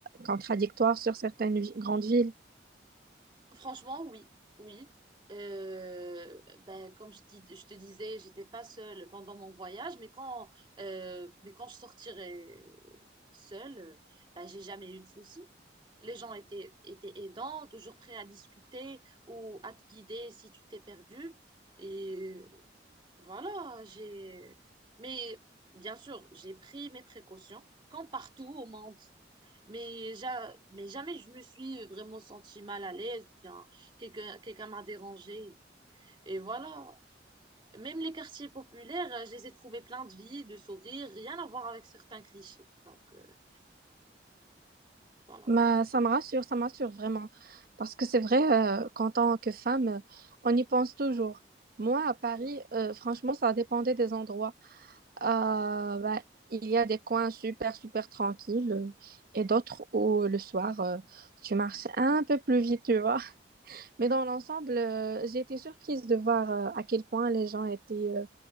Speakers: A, on the right; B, on the right.
A: contradictoires sur certaines vi- grandes villes.
B: Franchement, oui, oui. Euh, ben, comme je dis, je te disais, j'étais pas seule pendant mon voyage, mais quand, euh, mais quand je sortirai seule, euh, ben, j'ai jamais eu de soucis. Les gens étaient, étaient aidants, toujours prêts à discuter ou à te guider si tu t'es perdu. Et euh, voilà, j'ai. Mais bien sûr, j'ai pris mes précautions, comme partout au monde. Mais, ja- mais jamais je me suis vraiment sentie mal à l'aise, ou bien quelqu'un quelqu'un m'a dérangée. Et voilà. Même les quartiers populaires, euh, je les ai trouvés pleins de vie, de sourires, rien à voir avec certains clichés. Donc, euh, voilà.
A: Mais ça me rassure, ça me rassure vraiment. Parce que c'est vrai euh, qu'en tant que femme, euh, on y pense toujours. Moi, à Paris,
B: Oui.
A: euh, franchement, ça dépendait des endroits. Euh, bah, il y a des coins super, super tranquilles euh, et d'autres où le soir, euh, tu marches un peu plus vite, tu vois. Mais dans l'ensemble, euh, j'ai été surprise de voir euh, à quel point les gens étaient euh,